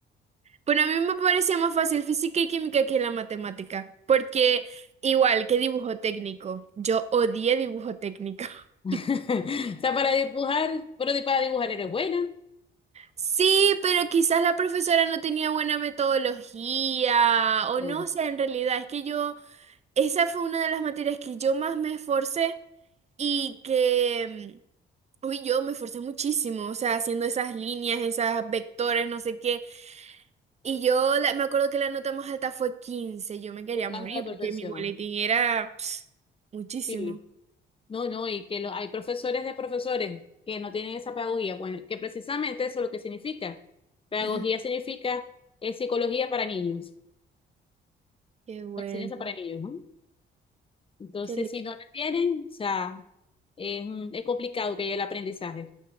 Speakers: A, on the right; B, on the left.
A: Bueno, a mí me parecía más fácil física y química que la matemática, porque igual que dibujo técnico, yo odié dibujo técnico. <laughs>
B: <laughs> O sea, para dibujar, pero di- para dibujar eres buena,
A: Sí, pero quizás la profesora no tenía buena metodología o
B: eh,
A: no sé, en realidad es que yo, esa fue una de las materias que yo más me esforcé y que... mm, Uy, yo me esforcé muchísimo, o sea, haciendo esas líneas, esas vectores, no sé qué. Y yo la- me acuerdo que la nota más alta fue quince Yo me quería
B: buscando
A: morir
B: la perfección.
A: porque mi boletín era ps, muchísimo.
B: Sí, no, no, y que lo- hay profesores de profesores que no tienen esa pedagogía, bueno, que precisamente eso es lo que significa. Pedagogía
A: Ah,
B: significa eh, psicología para niños.
A: Qué bueno,
B: enseñanza para niños, ¿no? Entonces,
A: qué li-
B: si no la tienen, o sea, es, mm, es complicado que haya el aprendizaje.